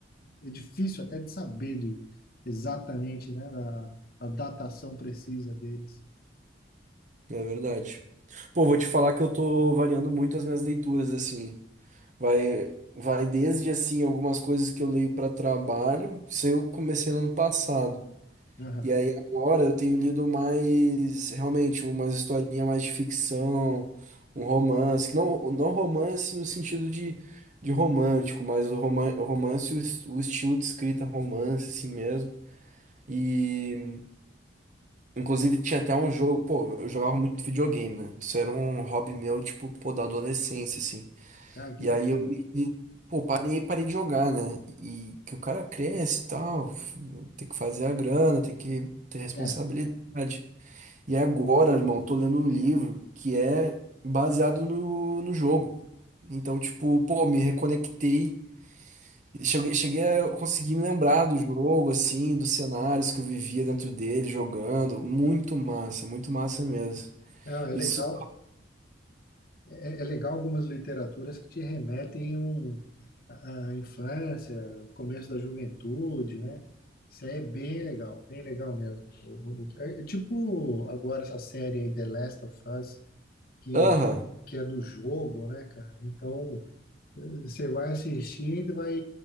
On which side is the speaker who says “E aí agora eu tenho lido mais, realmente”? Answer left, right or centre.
Right